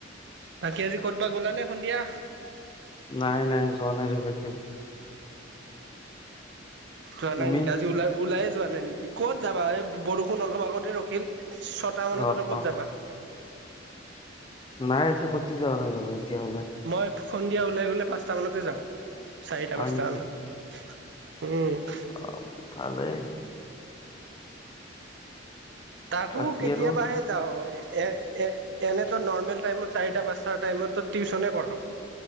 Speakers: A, on the right (about 65°); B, on the left (about 25°).
A: বাকী আজি কত'বা গলা নে সন্ধিয়া?
B: নাই নাই যোৱা নাই ৰবা <unintelligible>
A: যোৱা
B: তুমি
A: নাই নেকি? আজি ওলাই ওলাইয়ে যোৱা নাই নেকি? ক'ত যাবা এই বৰষুণ অলপ আগতে ৰখিল। ছটা মানত
B: অ
A: আৰু ক'ত
B: অ
A: যাবা?
B: নাই আজি ক'তো যোৱা নাই ৰবা! এতিয়া ওলাই।
A: মই সন্ধিয়া ওলাই গ'লে পাঁচটামানতে যাওঁ। চাৰিটা-পাঁচটা
B: হয় নেকি
A: মানত। উম!
B: অ' ভালেই।
A: তাকো
B: বাকী
A: কেতিয়াবাহে।
B: আৰু
A: যাওঁ, এ এ এনেতো নৰ্মেল টাইমত চাৰিটা-পাঁচটা টাইমতটো টিউশনে কৰাও।